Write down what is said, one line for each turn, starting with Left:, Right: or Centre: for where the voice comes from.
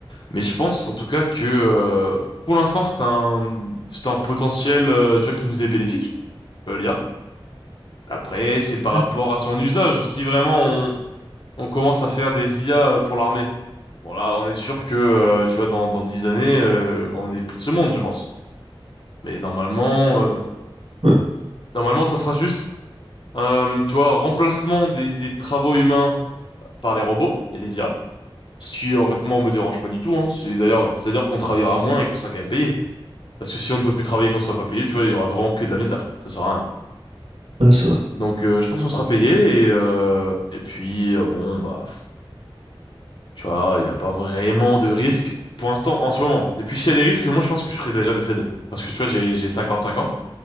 Left: Mais je pense en tout cas que euh, pour l'instant, c'est un, c'est un potentiel, euh, tu vois, qui nous est bénéfique, euh, l'IA. Après, c'est par
Right: Mhm.
Left: rapport à son usage. Si vraiment on, on commence à faire des IA pour l'armée, bon là, on est sûr que, euh, tu vois, dans, dans 10 années, euh, on n'est plus de ce monde, je pense. Mais normalement, euh,
Right: Ouais, ouais,
Left: normalement, ça sera juste. Euh, tu vois, remplacement des, des travaux humains par les robots et les IA. Ce qui, en fait, moi, me dérange pas du tout, hein. C'est d'ailleurs, c'est-à-dire qu'on travaillera moins et qu'on sera quand même payé. Parce que si on ne peut plus travailler et qu'on ne sera pas payé, tu vois, il y aura vraiment que de la misère. Ça sert à rien.
Right: Ouais, c'est vrai.
Left: Donc, euh, je pense qu'on sera payé et, euh, et puis, euh, bon, bah, pff, tu vois, il n'y a pas vraiment de risque pour l'instant, en ce moment. Et puis, s'il y a des risques, moi, je pense que je serai déjà décédé. Parce que, tu vois, j'ai, j'ai 55 ans.